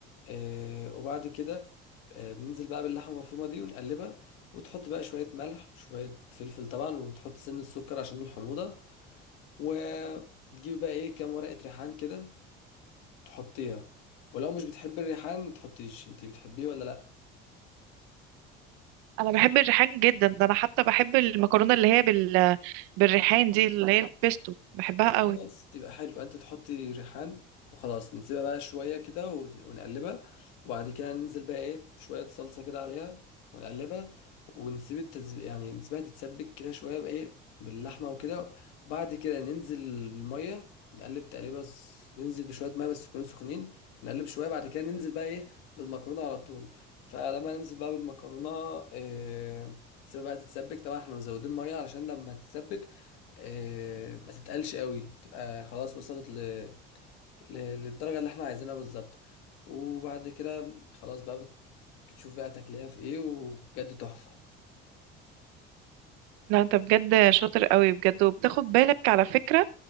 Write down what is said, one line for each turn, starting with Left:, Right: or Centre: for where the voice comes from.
Left: آه وبعد كده آه بننزل بقى باللحمة المفرومة دي ونقلبها وتحط بقى شوية ملح وشوية فلفل طبعا وتحط سن السكر عشان الحموضة وتجيب بقى ايه كام ورقة ريحان كده تحطيها ولو مش بتحب الريحان متحطيش انتي بتحبيه ولا لا؟
Right: انا بحب الريحان جدا ده انا حتى بحب المكرونه اللي هي بال... بالريحان دي اللي هي البيستو بحبها قوي
Left: خلاص يبقى حلو يبقى انت تحطي ريحان وخلاص نسيبها بقى شويه كده و- ونقلبها وبعد كده ننزل بقى ايه شويه صلصه كده عليها ونقلبها ونسيب التز... يعني نسيبها تتسبك كده شويه بايه باللحمه وكده وبعد كده ننزل الميه نقلب تقليبه س- ننزل بشويه ميه بس يكونوا سخنين نقلب شويه بعد كده ننزل بقى ايه بالمكرونه على طول فلما ننزل بقى بالمكرونه إيه... تسيبها بقى تتسبك طبعا احنا مزودين ميه علشان لما تتسبك آه، ما تتقلش قوي تبقى خلاص وصلت ل... ل... للدرجة اللي احنا عايزينها بالظبط وبعد كده خلاص بقى بتشوف بقى تاكلها في ايه وبجد تحفة
Right: لا انت بجد شاطر قوي بجد وبتاخد بالك على فكره